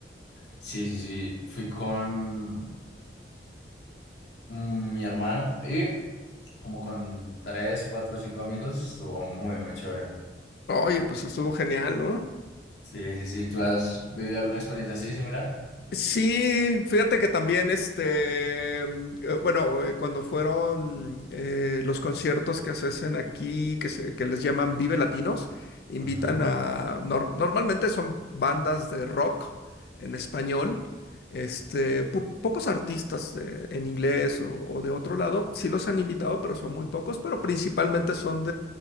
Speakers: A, on the left (about 75°); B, on the left (about 60°).
A: Sí, sí, sí. Fui con mm, mi hermano y como con tres, cuatro, cinco amigos. Estuvo muy, muy chévere.
B: Oye, pues estuvo genial, ¿no?
A: Sí, sí, sí. ¿Tú has vivido alguna experiencia así similar?
B: Sí, fíjate que también, este, mm, eh, bueno, eh, cuando fueron eh, los conciertos que se hacen aquí, que, se, que les llaman Vive Latinos, invitan
A: Ujú.
B: a, nor- normalmente son bandas de rock en español, este, po- pocos artistas de- en inglés o, o de otro lado, sí los han invitado, pero son muy pocos, pero principalmente son